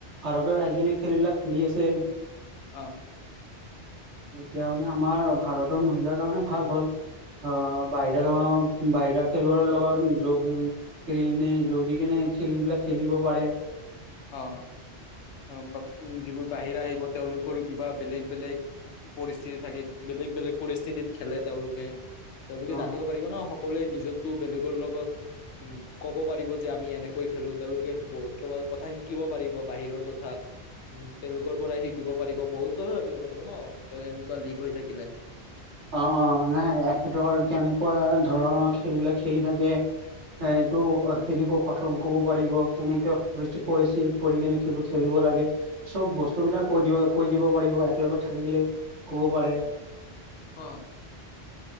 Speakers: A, on the right (about 75°); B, on the left (about 85°).
A: ভাৰতৰ আইখিনি খেল বিলাক খেলি আছে।
B: অ',
A: এতিয়া মানে আমাৰ ভাৰতৰ মহিলাৰ কাৰণে ভাল হ'ল। অ', বাহিৰ বাহিৰ খেলুৱৰ লগত য <unintelligible> যোগ দি কেনে খেলবলাক খেলিব পাৰে।
B: অ', অ' বা উ যিবোৰ বাহিৰা আহিব তেওঁলোকৰো কিবা বেলেগ বেলেগ। পৰিস্থিতি থাকে বেলেগ বেলেগ পৰিস্থিতিত খেলে তেওঁলোকে তেওঁলোকে
A: অ
B: জানিব পাৰিব ন? সকলোৱে নিজো টো বেলেগৰ লগত। উম, ক'ব পাৰিব যে আমি এনেকৈ খেলো তেওঁলোকে বহুত কিবা কথা শিকিব পাৰিব বাহিৰৰ ক <unintelligible> উম তেওঁলোকৰ পৰাই শিকিব পাৰিব বহুত কথা জানিব পাৰিব ন তেওঁ এনেকুৱা লীিক হৈ থাকিলে। <inaudible> উম তেওঁলোকৰ উম, তেওঁলোকৰ পৰাই শিকিব পাৰিব বহুত কথা জানিব পাৰিব ন তেওঁ এনেকুৱা লীক হৈ থাকিলে।
A: অ', অ' নাই এখেতৰ কেনেকুৱা ধৰণৰ, খেলবিলাক খেলি থাকে। এ এইটো হেৰি ক কথাও ক'ব পাৰিব কে কেনেকে পৰিস্থিতিত পৰিছিল পঢ়ি কিনে কেৱল খেলিব লাগে। চব বস্তু বিলাক কৈ দিব কৈ দিব পাৰিব একলগত থাকিলে ক'ব পাৰে।
B: অ',